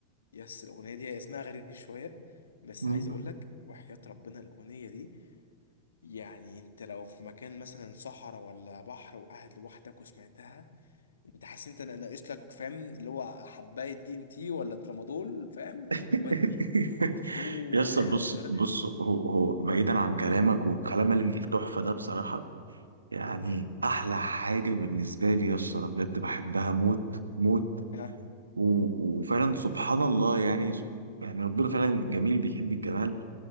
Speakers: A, on the left (about 65°); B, on the right (about 75°).
A: يا اسطى الأغنية دي هي اسمها غريب شوية بس
B: أمم.
A: عايز أقول لك وحياة ربنا الأغنية دي يعني أنت لو في مكان مثلا صحراء ولا بحر وقاعد لوحدك وسمعتها انت حاسس انت ناقص لك فاهم اللي هو حبايه دي ام تي ولا ترامادول فاهم وتودي
B: <laughs>
A: وتروح
B: يا اسطى بص
A: سيجاره
B: بص هو هو بعيدا عن كلامك والكلام التحفه ده بصراحه يعني
A: هم.
B: احلى حاجه بالنسبه لي يا اسطى أنا بجد بحبها موت موت
A: ها
B: و- وفعلا سبحان الله يعني يعني ربنا فعلا جميل بيحب الجمال